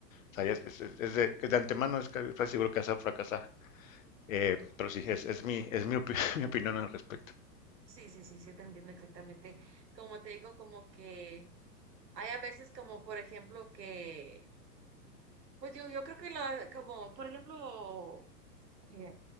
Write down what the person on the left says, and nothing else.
O sea, ya es, es- es de, es de antemano, es casi seguro que vas a fracasar. Eh, pero sí, es, es mi, es mi, opi- <laughs> mi opinión al respecto.